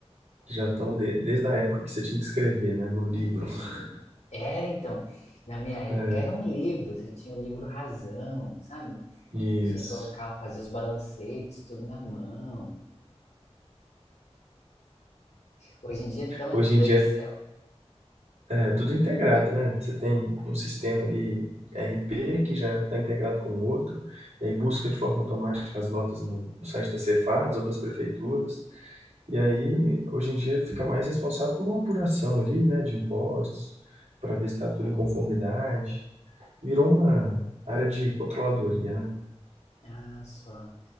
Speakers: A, on the right; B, on the left.
A: que já estão de- desde a época que você tinha que escrever, né, no livro.
B: <laughs>
A: <laughs>
B: Era então, na minha época
A: É,
B: era um livro, você tinha o livro Razão, sabe?
A: isso.
B: Tinha que colocar, fazer os balancetes, tudo na mão. Hoje em dia, então, é
A: Hoje
B: tudo
A: em
B: Excel.
A: dia é tudo integrado, né? Você tem um sistema ali, RP, que já está integrado com o outro, e aí busca de forma automática as notas no, no site da Cefads ou das prefeituras. E aí, hoje em dia, fica mais responsável por uma apuração ali, né, de impostos, para ver se está tudo em conformidade. Virou uma área de controladoria, né?
B: Ah, só.